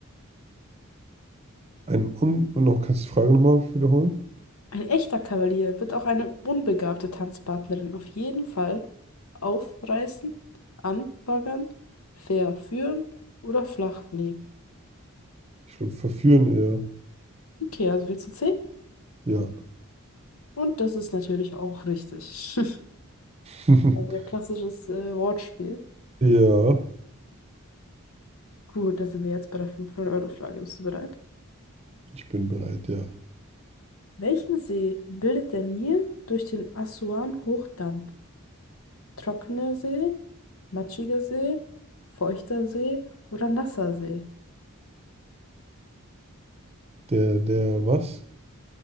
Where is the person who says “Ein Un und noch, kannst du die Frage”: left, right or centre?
Right